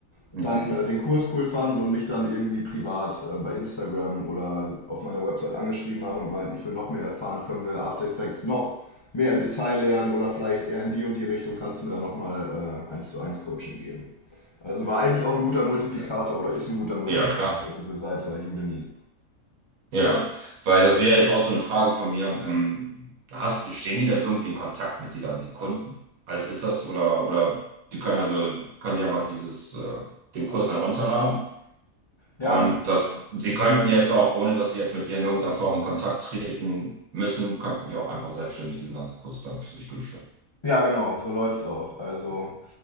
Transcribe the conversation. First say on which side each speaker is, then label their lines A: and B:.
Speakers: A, on the left; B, on the right.
A: dann
B: hm.
A: äh, den Kurs cool fanden und mich dann irgendwie privat äh, bei Instagram oder auf meiner Website angeschrieben haben und meinten, ich will noch mehr erfahren, können wir After Effects noch mehr im Detail lernen oder vielleicht eher in die und die Richtung, kannst du mir dann nochmal eins zu eins Coaching geben. Also war eigentlich auch ein guter Multiplikator
B: äh,
A: oder ist ein guter Multiplikator,
B: Ja, klar.
A: diese Seite Udemy.
B: Ja, weil das wäre jetzt auch so eine Frage von mir. Ähm, hast, stehen die dann irgendwie in Kontakt mit dir dann, die Kunden? Also ist das oder oder die können also können die einfach dieses äh, den Kurs dann runterladen
A: Ja,
B: und
A: die-
B: das sie könnten jetzt auch ohne dass sie jetzt mit dir in irgendeiner Form in Kontakt treten müssen, könnten die auch einfach selbstständig diesen ganzen Kurs dann für sich durchführen.
A: ja, genau, so läuft's auch. Also